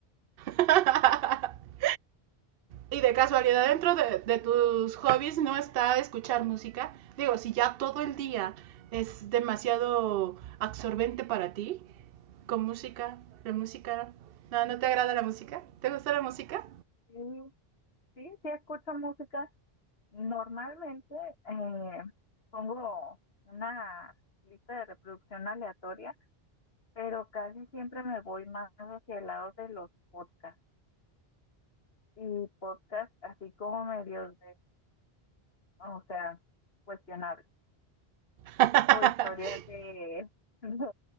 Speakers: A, on the right; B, on the left.
A: <laughs> y de casualidad dentro de, de tus hobbies no está escuchar música. Digo, si ya todo el día es demasiado absorbente para ti, con música, la música... No, ¿no te agrada la música? ¿Te gusta la música?
B: Sí, sí, sí escucho música. Normalmente eh, pongo una lista de reproducción aleatoria, pero casi siempre me voy más hacia el lado de los podcasts y podcasts así como medios de, o sea, cuestionables,
A: <laughs>
B: tipo historias de, <laughs> de